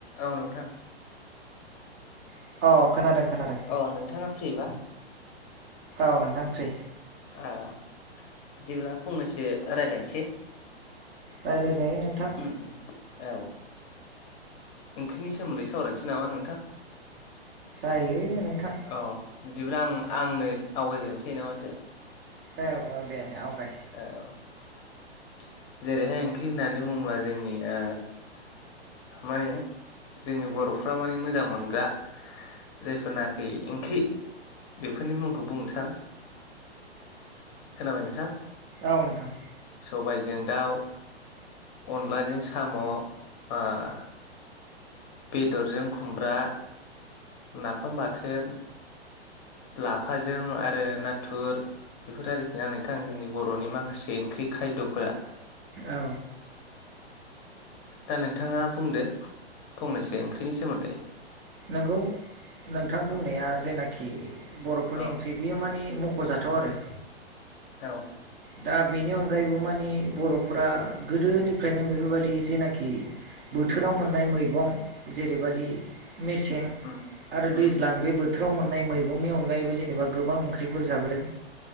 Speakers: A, on the left; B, on the right.
A: औ नोंथां।
B: अ खोनादों खोनादों
A: अ नोंथाङा फ्रिबा
B: औ नोंथां फ्रि।
A: औ बिदिब्ला फंनैसो रायलायनोसै।
B: रायज्लायजायो नोंथां
A: उम औ ओंख्रिनि सोमोन्दै सावरायनोसै नामा नोंथां?
B: जायो। नोंथां
A: अ बिदिब्ला आं आंनो आवगायग्रोनोसै ना माथो?
B: औ औ दे आवगाय।
A: औ। जेरैहाय ओंख्रि होननानै बुङोब्ला ओ जोंनिया माने- जोंनि बरफ्रा माने मोजां मोनग्रा जायफोरनाखि ओंख्रि बेफोरनि मुंखौ बुंसां - खोनाबाय नोंथां?
B: औ नोंथां।
A: सबायजों दाउ अनलाजों साम आ- बेदरजों खुमब्रा नाफाम बाथोन- लाफाजों आरो नाथुर बेफोर आरोखि ना नोंथां जोंनि बरनि माखासे ओंख्रि खायदफोरा।
B: औ।
A: दा नोंथाङा बुंदो फंनैसो ओंख्रिनि सोमोन्दै
B: नोंगौ नोंथां
A: औ
B: बुंनाया जेनाखि बरफोरनि
A: औ
B: ओंख्रि बेयो माने मखजाथाव आरो।
A: औ।
B: दा बेनि अनगायैबो मानि बर'फोरा गोदोनिफ्रायनो बेफोरबादि जेनाखि बोथोराव
A: उम
B: मोननाय मैगं जेरैबादि मेसें
A: उम
B: आरो
A: उम
B: दैज्लां बे बो बोथोराव मोननाय मैगंनि अनगायैबो जेनेबा गोबां ओंख्रिफोर जाबोदों।